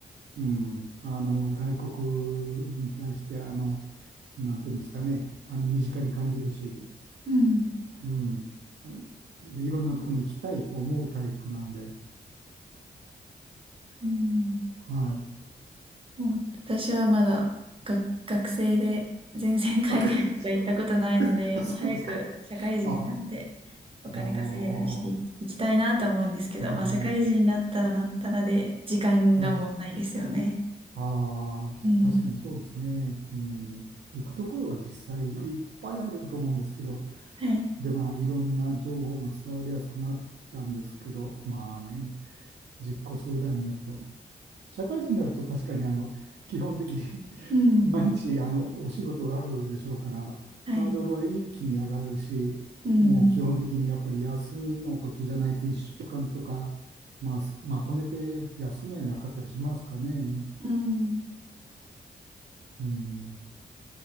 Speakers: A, on the right (about 65°); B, on the right (about 30°).
A: うん、あの、外国に対して、あの、なんていうんですかね、あの、身近に感じるし、
B: うん。
A: うん、はい。で、いろんなとこに行きたいと思うタイプなんで、
B: うん
A: はい。
B: もう私はまだ学、学生で全然海外とか行ったことないので、
A: あ、く <laughs> あそうですか。
B: もう早く社会人になって
A: あ、あー
B: お金稼げるようにしていきいきたいなとは思うんですけど、
A: あー、あ
B: まあ社会人になったらなったらで時間が問題ですよね。
A: あはい。ああ、
B: うん。
A: 確かにそうですね。うん。行くところは実際いっぱいあると思うんですけど、
B: はい。
A: で、まあ、いろんな情報も伝わりやすくなったんですけど、まあね、実行する段になると、社会人になると確かにあの、基本的に
B: うん。
A: 毎日あのお仕事があるでしょうから、
B: はい。
A: ハードルは一気に上がるし、
B: うん。
A: もう基本的にやっぱり休みの時じゃないと1週間とか、まあ、すまとめて休めなかったりしますかね。
B: うん。
A: うん、